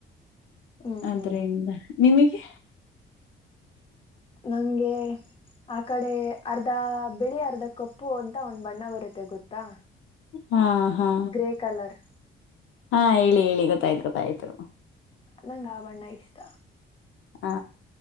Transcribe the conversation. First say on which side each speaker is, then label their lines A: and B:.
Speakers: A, on the left; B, on the left.
A: ಹ್ಮ್
B: ಆದದ್ರಿಂದ
A: ಹ್ಮ್
B: ನಿಮಗೆ
A: ನಂಗೆ ಆ ಕಡೆ ಅರ್ಧ ಬಿಳಿ ಅರ್ಧ ಕಪ್ಪು ಅಂತ ಒಂದು್ ಬಣ್ಣ ಬರುತ್ತೆ ಗೊತ್ತಾ
B: ಹ್ಮ ಹಾ ಹಾ
A: ಗ್ರೇ ಕಲರ್
B: ಹಾ ಹೇಳಿ ಹೇಳಿ ಗೊತ್ತಾಯ್ತು ಗೊತ್ತಾಯ್ತು
A: ನಂಗ ಆ ಬಣ್ಣ ಇಷ್ಟ
B: ಹಾ